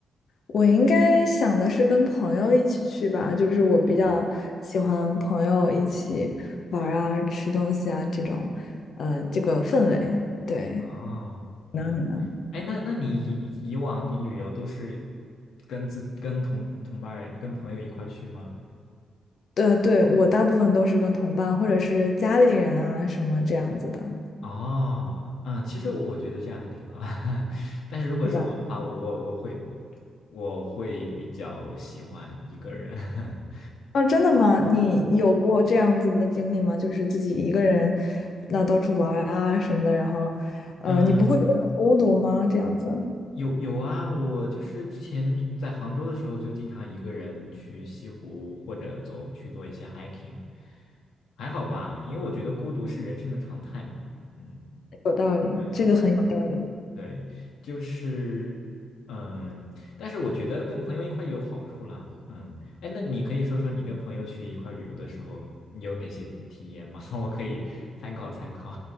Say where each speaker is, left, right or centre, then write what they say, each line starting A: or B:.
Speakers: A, on the left (about 60°); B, on the left (about 80°).
A: 我应该想的是跟朋友一起去吧，就是我比较喜欢朋友一起玩儿啊、
B: 嗯，
A: 吃东西啊这种，呃，这个氛围。对，
B: 哦，
A: 然后你呢？
B: 嗯，哎，那那你以以以往你旅游都是跟自跟同同伴儿跟朋友一块儿去吗？
A: 对对，我大部分都是跟同伴或者是家里人啊什么这样子的。
B: 哦，啊，其实我我觉得这样还挺好，<laughs> 但是如果是我的话，
A: 对吧？
B: 我我会我会比较喜欢一个人。<laughs>
A: 啊，真的吗？你有过这样子的经历吗？就是自己一个人，那到处玩儿啊什么的，然后，呃，
B: 嗯，
A: 你不会觉得很孤独吗？这样子
B: 有有啊，我就是之前在杭州的时候，就经常一个人去西湖或者走去做一些 hiking，还好吧，因为我觉得孤独是人生的常态嘛。嗯，
A: 有道理，
B: 对
A: 这个很有道理。
B: 对，就是嗯，但是我觉得跟朋友一块也有好处啦。嗯，哎，那你可以说说你跟朋友去一块旅游的时候，你有哪些体验吗？<laughs> 我可以参考参考。